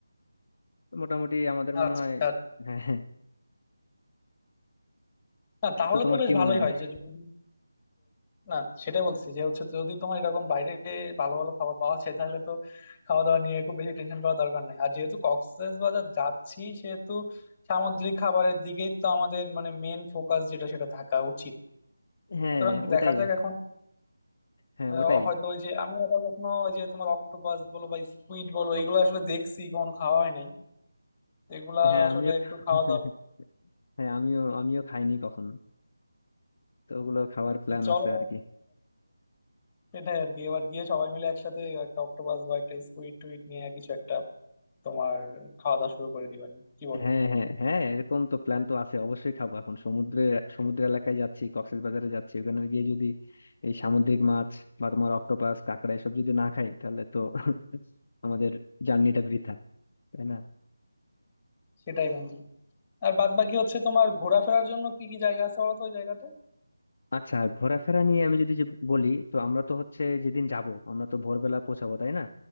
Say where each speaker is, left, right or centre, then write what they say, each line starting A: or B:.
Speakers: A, on the left; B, on the left.
A: তো মোটামুটি আমাদের মনে
B: আচ্ছা
A: হয় হ্যাঁ হ্যাঁ
B: না তাহলে
A: তো তোমার
B: তো বেশ
A: কি
B: ভালোই
A: মনে হয়
B: হয় যে যদি না সেটাই বলছি যে হচ্ছে যদি তোমার এরকম বাইরে ভালো ভালো খাবার পাওয়া যায় তাহলে তো খাওয়া দাওয়া নিয়ে খুব বেশি টেনশন করার দরকার নাই আর যেহেতু কক্সবাজার যাচ্ছি সেহেতু সামুদ্রিক খাবারের দিকেই তো আমাদের মানে মেন ফোকাস যেটা সেটা থাকা উচিত
A: হ্যাঁ
B: সুতরাং
A: ওটাই
B: দেখা যাক এখন
A: হ্যাঁ
B: আহ,
A: ওটাই
B: হয়তো ওই যে আমি আবার কখনো ওই যে তোমার অক্টোপাস বলো বা স্কুইড বলো এগুলো আসলে দেখছি কখনো খাওয়া হয় নাই এগুলা
A: হ্যাঁ
B: আসলে
A: আমিও
B: একটু খাওয়া
A: <laughs>
B: দাওয়া
A: হ্যাঁ আমিও আমিও খাইনি কখনো তো ওগুলো খাওয়ার প্ল্যান
B: তো চলো
A: আছে আর কি
B: সেটাই আর কি এবার গিয়ে সবাই মিলে একসাথে একটা অক্টোপাস বা একটা স্কুইড টুইট নিয়ে কিছু একটা তোমার খাওয়া দাওয়া শুরু করে দিবানি কি বলো
A: হ্যাঁ হ্যাঁ হ্যাঁ এরকম তো প্ল্যান তো আছে অবশ্যই খাবো এখন সমুদ্রে সমুদ্র এলাকায় যাচ্ছি কক্সবাজারে যাচ্ছি ওখানে গিয়ে যদি এই সামুদ্রিক মাছ বা তোমার অক্টোপাস কাঁকড়া এসব যদি না খাই তাহলে তো <laughs> আমাদের জার্নিটা বৃথা তাই না
B: সেটাই বন্ধু আর বাদ বাকি হচ্ছে তোমার ঘোরাফেরার জন্য কি কি জায়গা আছে বলো তো ওই জায়গাতে
A: আচ্ছা ঘোরাফেরা নিয়ে আমি যদি যে বলি তো আমরা তো হচ্ছে যেদিন যাব আমরা তো ভোরবেলা পৌঁছাবো তাই না